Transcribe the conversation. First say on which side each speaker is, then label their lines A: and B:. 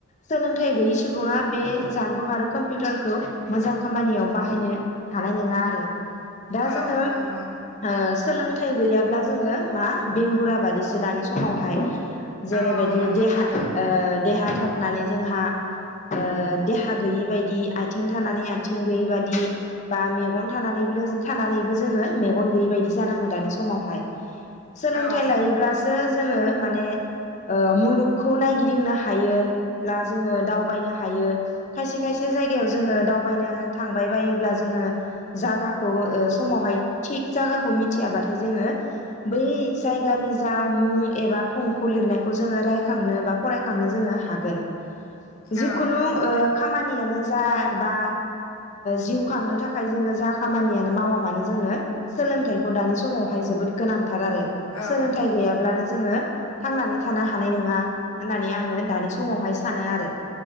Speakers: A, on the left; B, on the left.
A: सोलोंथाइ गैयि सुबुङा बे जानबुं आरो कम्पिउटारखौ मोजां खामानियाव बाहायनो हानाय नोङा आरो दा
B: औ
A: जोंङो
B: नंगौ
A: ओ सोलोंथाइ गैयाब्ला जोंङो मा बेंगुरा बादिसो दानि समावहाय जेरैबायदि
B: औ औ नंगौथारो
A: देहा ओ देहा जानानै जोंहा ओ देहा गैयै बायदि आथिं थानानै आथिं गैयै बादि बा मेगन थानानै थानानैबो जोङो मेगन गैयै बायदि जानाङो दानि समावहाय सोलोंथाइ
B: औ ओं
A: लायोब्लासो जोङो माने ओ मुलुगखौ नायगिदिंनो हायोब्ला जोङो दावबायनो हायो खायसे खायसे जायगायाव जोङो दावबायनो थांबाय बायोब्ला जोङो जागाखौ ओ समावहाय थिग जागाखौ मिथियाबाथाय जोङो बै जायगानि जा मुं एबा थंखौ लिरनाय खौ जोङो रायखांनो बा फरायखांनो जोङो हागोन जिखुनु
B: औ
A: ओ खामानियानो जा बा जिउ खांनो थाखाय जोंङो जा खामानियानो मावा मानो जोंङो सोलोंथाइखौ दानि समावहाय जोबोद गोनां आरो
B: औ
A: सोलोंथाइ गैयाब्लानो जोंङो थांनानै थानो हानाय नंङा होननानै आंङो दानि समावहाय सानो आरो